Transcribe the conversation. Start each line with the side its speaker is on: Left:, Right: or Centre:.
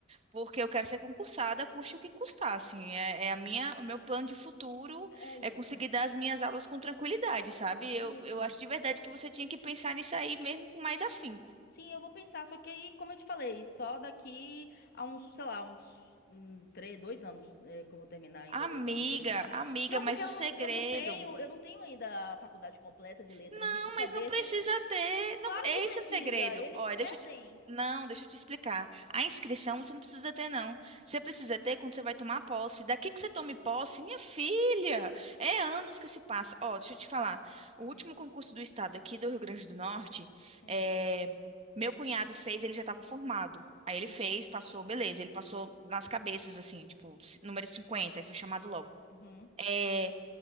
Right: porque eu quero ser concursada, custe o que custar, assim. É, é a minha, o meu plano de futuro
Left: É isso.
Right: é conseguir dar as minhas aulas com tranquilidade, sabe? Eu,
Left: Sim, sim.
Right: eu acho de verdade que você tinha que pensar nisso aí mesmo com mais afinco.
Left: Sim, eu vou pensar, só que aí, como eu te falei, só daqui a uns, sei lá, uns hum, três, dois anos, é, que eu vou terminar ainda
Right: Amiga,
Left: daqui a uns dois anos.
Right: amiga,
Left: Não,
Right: mas
Left: porque eu
Right: o segredo.
Left: não, eu não tenho, eu não tenho ainda a faculdade completa de letras,
Right: Não,
Left: e ele só
Right: mas
Left: deixa
Right: não precisa
Left: com.
Right: ter. Não,
Left: Claro
Right: esse
Left: que precisa,
Right: é o segredo.
Left: eles
Right: Olha,
Left: pedem.
Right: deixa eu te... Não, deixa eu te explicar. A inscrição você não precisa ter, não. Você precisa ter quando você vai tomar posse. Daqui que você tome posse, minha filha, é anos que se passa. Ó, deixa eu te falar.
Left: Hum,
Right: O último concurso do estado aqui do Rio Grande do Norte,
Left: hum,
Right: é, meu cunhado fez, ele já estava formado. Aí ele
Left: uhum,
Right: fez, passou, beleza. Ele passou nas cabeças, assim, tipo, número 50, aí foi chamado logo.
Left: uhum,
Right: Eh,